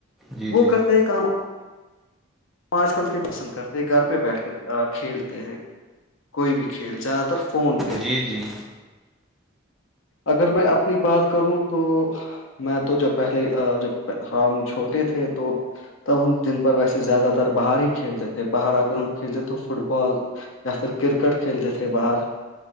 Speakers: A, in the centre; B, on the left.
A: جی
B: وہ
A: جی
B: کرتے ہیں کام آج کل کیا پسند کرتے گھر پہ بیٹھ کر کھیلتے ہیں کوئی بھی کھیل زیادہ تر فون پہ
A: جی جی
B: اگر میں اپنی بات کروں تو میں تو جب پہلے جب ہم چھوٹے تھے تو تب ہم جن پر ویسے زیادہ باہر ہی کھیلتے تھے باہر اگر ہم کھیلتے تو فٹ بال یا پھر کرکٹ کھیلتے تھے باہر